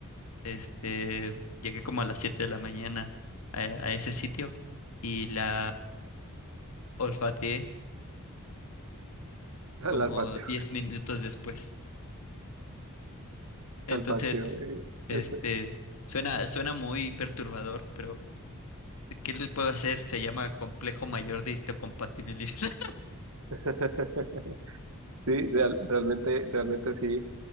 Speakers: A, on the left; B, on the right.
A: este, llegué como a las 7 de la mañana a, a ese sitio y la olfateé
B: <laughs>
A: como
B: al patio,
A: 10 minutos después. Entonces,
B: al patio. eh,
A: este,
B: es-
A: suena, suena muy perturbador, pero ¿qué le puedo hacer? Se llama complejo mayor de histocompatibilidad. <laughs>
B: <laughs> Sí, real- realmente, realmente sí.